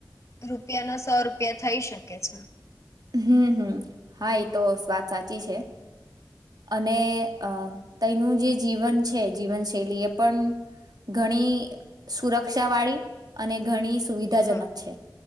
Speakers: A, on the left (about 40°); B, on the right (about 65°).
A: રૂપિયા નો સો રૂપિયા થઈ શકે કે છે
B: હમ હમ હા એ તો વાત સાચી છે અને અ તયનું જે જીવન છે જીવનશૈલી એ પણ ઘણી સુરક્ષા વાળી અને ઘણી સુવિધાજનક
A: હા.
B: છે